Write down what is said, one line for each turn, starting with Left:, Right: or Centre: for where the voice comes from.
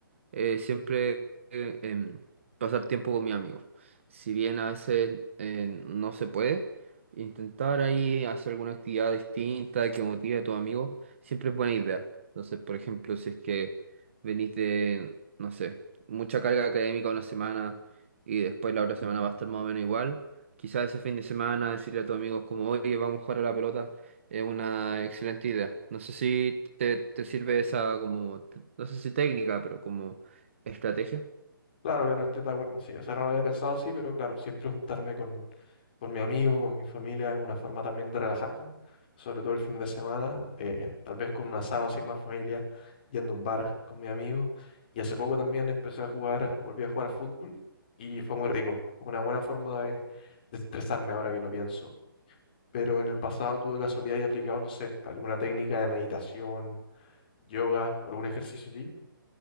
Right: eh, siempre eh, em, pasar tiempo con mi amigos Si bien a veces eh, no se puede, intentar ahí hacer alguna actividad distinta que motive a tus amigos siempre es buena idea. Entonces, por ejemplo, si es que venís de, no sé, mucha carga académica una semana y después la otra semana va a estar más o menos igual, quizás ese fin de semana decirle a tus amigos como, oye, vamos a jugar a la pelota. Es una excelente idea. No sé si te, te sirve esa como, no sé si técnica, pero como ¿Estrategia?
Left: Claro, claro, estoy de acuerdo, sí. O sea, no lo había pensado así, pero claro, siempre juntarme con con mi amigo, con mi familia, una forma también de relajarme, sobre todo el fin de semana, eh, tal vez con un asado sin más familia, yendo a un bar con mi amigo. Y hace poco también empecé a jugar, volví a jugar fútbol y fue muy rico. Fue una buena forma de desestresarme ahora que lo pienso. Pero en el pasado tuve casualidad y aplicado, no sé, alguna técnica de meditación, yoga o algún ejercicio así.